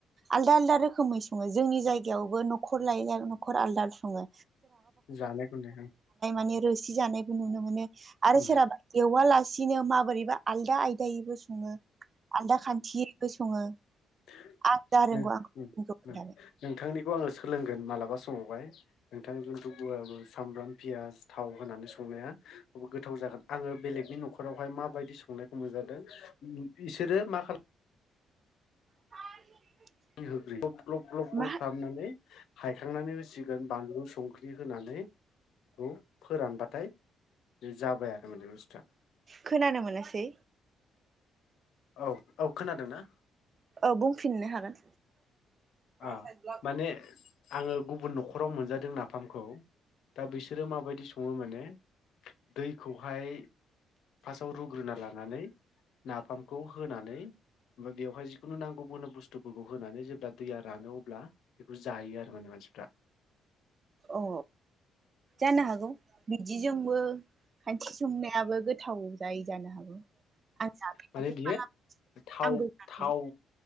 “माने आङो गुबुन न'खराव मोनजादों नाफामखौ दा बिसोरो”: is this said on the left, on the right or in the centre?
Left